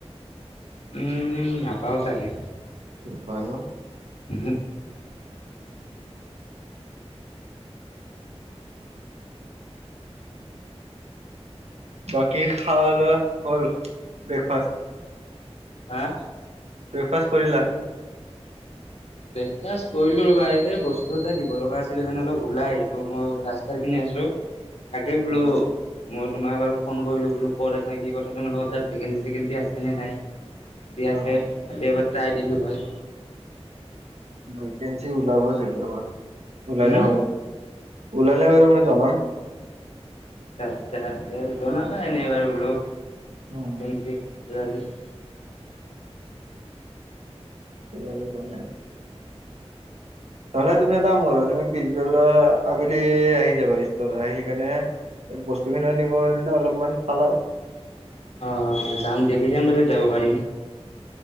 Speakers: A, on the left; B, on the right.
A: উম নেপাও চাগে
B: ফ ন <unintelligible>
A: ওহো
B: বাকী খোৱা লোৱা হ'ল ব্ৰেকফাষ্ট
A: হা
B: ব্ৰেকফাষ্ট কৰিলা!
A: ব্ৰেকফাষ্ট কৰিলো ৰ'বা এই বস্তু এটা দিব লগা আছিলে স কাৰণে অলপ ওলাই আহিলো মই ৰাস্তাৰ পিনে তাকে বোলো
B: অ
A: ম তোমাক বাৰু ফোন কৰি্লো বোলো ক'ত আছ কি কথা তোমাৰ লগৰ তাত ভেকেঞ্চি চেকেঞ্চি আছে নে নাই। যদি
B: অ
A: আছে তাতে এবাৰ ট্ৰাই দিলো হয়।
B: ভেকেঞ্চি ওলাব চাগে ৰবা, ওলালে
A: হুম,
B: ওলালে বাৰু মই জনাম
A: আ আচ্ছা জনাবা ইনেই এবাৰ বোলো,
B: উম
A: ভেকেন্সি বিৰালী <unintelligible>
B: এইাল ন <unintelligible> নহলে তুমি এটা কৰিবা তুমি পিছবেলা আবেলি আহি যাবা আহি কেনে <unintelligible> বস্তু খিনিও নিব দিলে অলপমান খাল আৰু
A: অ যাম দিয়া কেইটান বজাত যাব পাৰিম